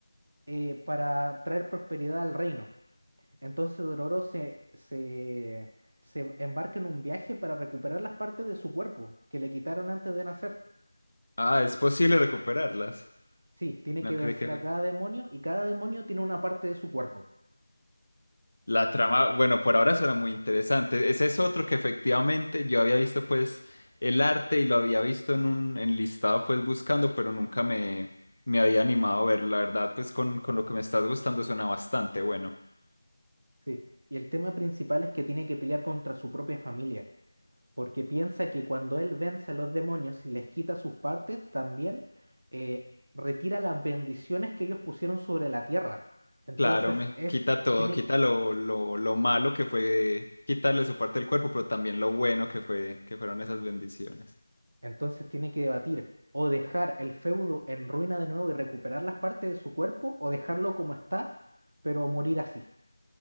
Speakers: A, on the right; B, on the left.
A: eh, para traer prosperidad al reino. Entonces Dororo se, se, se embarca en un viaje para recuperar las partes de su cuerpo que le quitaron antes de nacer.
B: Ah, es posible recuperarlas.
A: Sí, tiene
B: No
A: que
B: cree
A: vencer
B: que fue.
A: a cada demonio y cada demonio tiene una parte de su cuerpo.
B: La trama, bueno, por ahora suena muy interesante. Ese es otro que efectivamente yo había visto, pues, el arte y lo había visto en un enlistado, pues, buscando, pero nunca me, me había animado a ver. La verdad, pues, con, con lo que me estás gustando suena bastante bueno.
A: Sí, y el tema principal es que tiene que pelear contra su propia familia porque piensa que cuando él vence a los demonios y les quita sus partes, también eh, retira las bendiciones que ellos pusieron sobre la tierra. Entonces
B: Claro, me
A: es,
B: quita todo,
A: tiene,
B: quita
A: que-
B: lo, lo, lo malo que fue quitarle su parte del cuerpo, pero también lo bueno que fue, que fueron esas bendiciones.
A: entonces tiene que debatir o dejar el feudo en ruina de nuevo y recuperar las partes de su cuerpo o dejarlo como está, pero morir así.